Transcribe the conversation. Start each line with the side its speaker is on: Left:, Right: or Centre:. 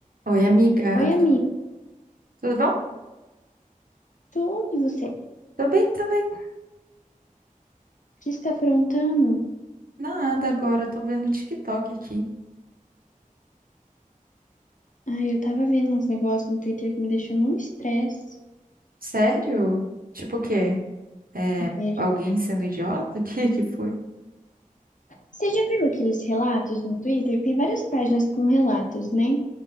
Right: Oi, amiga.
Left: Oi, amigo.
Right: Tudo bom?
Left: Tudo e você? O
Right: Tô bem, tô bem.
Left: que está aprontando?
Right: Nada agora, tô vendo o TikTok aqui.
Left: Ai, eu tava vendo uns negócios no Twitter que me deixou num estresse,
Right: Sério? Tipo o quê? É,
Left: sério.
Right: alguém sendo idiota? <laughs> O que que foi?
Left: Você já viu aqueles relatos no Twitter? Que Tem várias páginas com relatos, né?